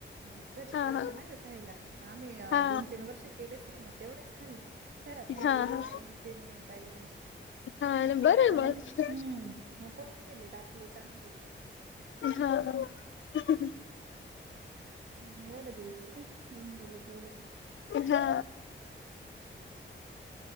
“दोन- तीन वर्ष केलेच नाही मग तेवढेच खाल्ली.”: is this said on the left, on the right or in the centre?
Right